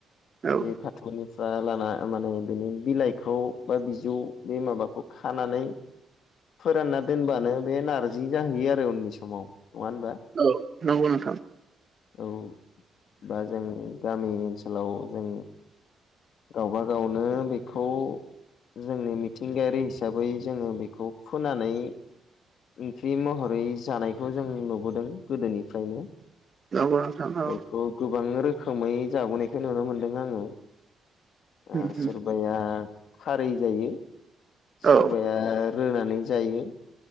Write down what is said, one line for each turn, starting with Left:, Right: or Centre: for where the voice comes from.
Right: औ उम
Left: बे फाथ'निफ्राय लाना माने बिनि बिलाइ खौ बा बिजौ बे माबाखौ खानानै फोरानना दोनबानो बे नारजि जाहैयो आरो उननि समाव नङा होनबा?
Right: औ नंगौ नोंथां।
Left: औ बा जोनि गामि ओनसोलाव जों गावबागावनो बे खौ जोंनि मिथिंगायारि हिसाबै जोङो बेखौ फुनानै ओंख्रि महरै जानायखौ जों नुबोदों गोदोनिफ्रायनो
Right: नंगौ नोंथां औ
Left: बेखौ। गोबां रोखोमै जाबोनायखौ नुनो मोनदों आङो ओ
Right: उम
Left: सोर बाया खारै जायो सोरबाया
Right: औ
Left: रोनानै जायो।